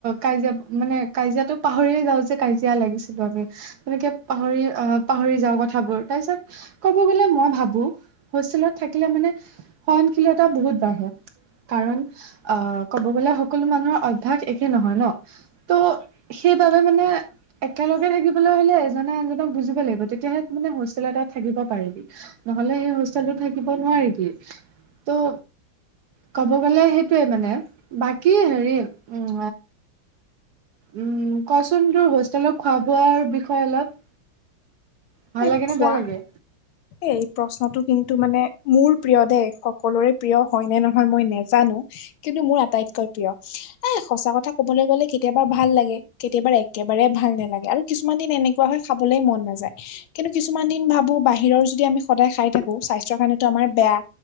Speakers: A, on the right; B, on the left.
A: কাজিয়া মানে কাজিয়াটো পাহৰিয়ে যাও যে কাজিয়া লাগিছিলো আমি। এনেকে পাহৰি- অ পাহৰি যাওঁ কথাবোৰ। তাৰ পিছত কব গলে মই ভাবো হোষ্টেলত থাকিলে মানে, সহনশীলতা বহুত বাঢ়ে। কাৰণ, আ ক'ব গ'লে সকলো মানুহৰ অভ্যাস একে নহয় ন। ত' সেইবাবে মানে একেলগে থাকিবলৈ হলে এজনে আনজনৰ- ক বুজিব লাগিব, তেতিয়াহে মানে হোষ্টেল এটাত থাকিব পাৰিবি। নহলে সেই হোষ্টেলটো থাকিব নোৱাৰিবি। ত' কব গ'লে সেইটোয়ে মানে, বাকী হেৰি উম উম কচোন তোৰ হোষ্টেলত খোৱা বোৱাৰ বিষয়ে অলপ। ভাল
B: এ
A: লাগে নে
B: খোৱা
A: বেয়া লাগে?
B: এই প্ৰশ্নটো কিন্তু মানে মোৰ প্ৰিয় দেই, সকলোৰে প্ৰিয় হয় নে নহয় মই নেজানো- কিন্তু মোৰ আটাইতকৈ প্ৰিয়। এ সঁচা কথা কবলৈ গলে কেতিয়াবা ভাল লাগে, কেতিয়াবা একেবাৰে ভাল নালাগে। আৰু কিছুমান দিন এনেকুৱা হয় খাবলে মন নাযায়। কিন্তু কিছুমান দিন ভাবো বাহিৰৰ যদি আমি সদায় খাই থাকো স্বাস্থ্যৰ কাৰণেতো আমাৰ বেয়া।